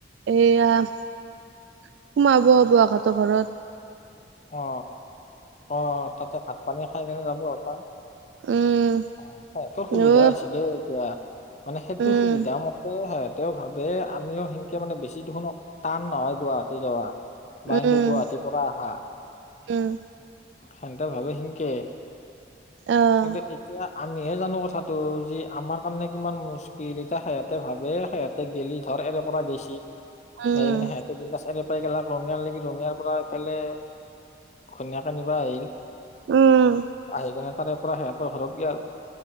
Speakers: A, on the right (about 80°); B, on the left (about 40°).
A: এইয়া সোমাব বোৱাহঁতৰ ঘৰত-
B: অ অ তাতে ভাত পানী খাই কেনে যাব অক
A: উম
B: অ ততৰ সুবিধা
A: অ'
B: হৈছি দে এতিয়া। মানে সেইটো
A: উম
B: সুবিধা মতে স এতিয়াও ভাবে আমিও সেনকে মানে বেছি দেখোন টান নহয় গুৱাহাটী যোৱা বাইেংকে
A: উম
B: গুৱাহাটীৰ পৰা আহা, -
A: উম
B: সেন্তে ভাবে সেনকে
A: অ'
B: কিন্তু এতিয়া আমিহে জানো কথাটো যি আমাৰ কাৰণে কিমান মুস্কিল এতিয়া সিহঁতে ভাবে সিহঁত তে গেলি ধৰ এৰে পৰা গৈছি
A: উম
B: কিনে সিহঁতে বিগছ এৰে ইগিলাক ৰঙিয়াৰ লাগি ৰঙিয়াৰ পৰা এইফালে ঘনিয়াক নিবা আহিল
A: উম
B: আহি কেনে তাৰে পৰা সিহঁতৰ ঘৰত গেল